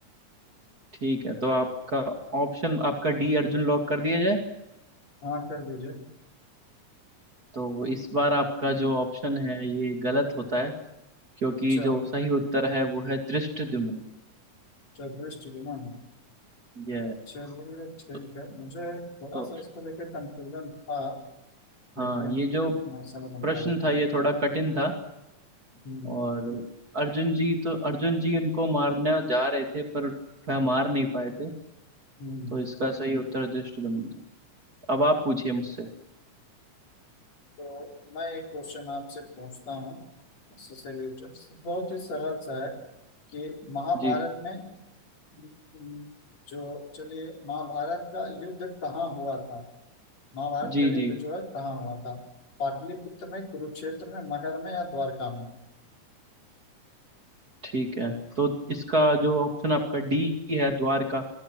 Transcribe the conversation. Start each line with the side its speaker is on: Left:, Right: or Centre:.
Right: ठीक है तो आपका ऑप्शन आपका डी अर्जुन लॉक कर दिया जाए
Left: हाँ कर दीजिए
Right: तो इस बार आपका जो ऑप्शन है ये गलत होता है क्योंकि
Left: अच्छा
Right: जो सही उत्तर है वो है दृष्टद्युम्न
Left: चल दृष्टि दिमाग।
Right: ये है।
Left: चलिए ठीक
Right: तो,
Left: है मुझे थोड़ा
Right: तो
Left: सा इसको लेकर कंफ्यूजन था लेकिन
Right: हाँ ये जो
Left: मैं समझ नहीं
Right: प्रश्न
Left: पा रहा था।
Right: था ये थोड़ा कठिन था
Left: हम्म,
Right: और अर्जुन जी तो अर्जुन जी उनको मारने जा रहे थे पर वह मार नहीं पाए थे
Left: हम्म।
Right: तो इसका सही उत्तर दृष्टद्युम्न था अब आप पूछिए मुझसे
Left: तो मैं एक क्वेश्चन आपसे पूछता हूँ इससे रिलेटेड बहुत ही सरल सा है कि महाभारत
Right: जी
Left: में हम्म, जो चलिए महाभारत का युद्ध कहाँ हुआ था महाभारत
Right: जी
Left: का युद्ध
Right: जी
Left: जो है कहाँ हुआ था पाटलिपुत्र में कुरुक्षेत्र में मगध में या द्वारका में
Right: ठीक है तो इसका जो ऑप्शन आपका डी है द्वार का